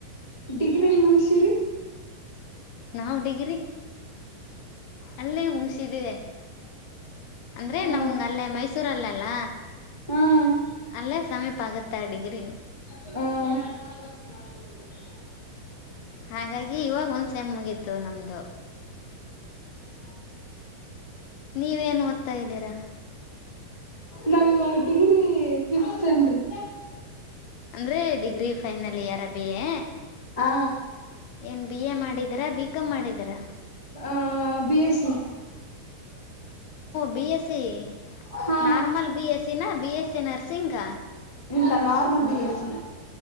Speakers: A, on the left; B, on the left.
A: ಡಿಗ್ರಿ ಎಲ್ಲಿ ಮುಗ್ಸಿರಿ
B: ನಾವು ಡಿಗ್ರಿ ಅಲ್ಲೇ ಸಿದೇವೆ ಅಂದ್ರೆ
A: ಹ
B: ನಮಗೆ ಅಲ್ಲೇ ಮೈಸೂರಲ್ಲ ಅಲ್ಲ
A: ಹಾ
B: ಅಲ್ಲೇ ಸಮಯಪಾಗುತ್ತ ಡಿಗ್ರಿ
A: ಹ
B: ಹಾಗಾಗಿ ಇವಾಗ ಒಂದ್ ಸಮ್ ಮುಗೀತು ನಮ್ದು ನೀವೇನ್ ಓದ್ತಾ ಇದ್ದೀರಾ
A: ನಾವ ಇವಾಗ ಡಿಗ್ರಿ ಫಿಫತ್ ಸೆಮ್ರಿ
B: ಅಂದ್ರೆ degree final year B A
A: ಹಾ
B: ಏನ್ ಬಿ ಎ ಮಾಡಿ ಇದರ ಬಿ ಕಾಮ್ ಮಾಡಿದ್ದೀರಾ
A: ಆ B S C
B: B S C
A: ಹಾ
B: ನಾರ್ಮಲ್ ಬಿಎಸ್ ಸಿ ನ ಬಿ ಎಸ್ ಸಿ ನರ್ಸಿಂಗ್
A: ಇಲ್ಲ ನಾರ್ಮಲ್ ಬಿ ಎಸಿ